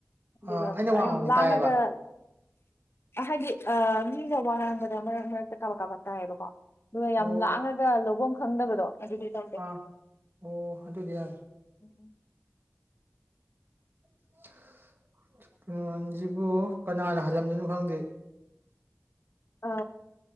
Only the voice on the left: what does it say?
ꯑꯗꯨꯒ
ꯄꯨꯔꯥ
ꯌꯥꯝ ꯂꯥꯡꯉꯒ
ꯍꯥꯏꯗꯤ ꯑ ꯃꯤꯒ ꯋꯥ ꯉꯥꯡꯕꯗ ꯃꯔꯛ ꯃꯔꯛꯇ ꯀꯥꯕꯛ ꯀꯥꯕꯛ ꯇꯥꯏꯌꯦꯕꯀꯣ ꯑꯗꯨꯒ
ꯌꯥꯝ ꯂꯥꯡꯉꯒ ꯂꯧꯕꯐꯝ ꯈꯪꯗꯕꯗꯣ ꯑꯗꯨꯗꯤ ꯇꯧꯗꯦ
ꯎꯝ
ꯑ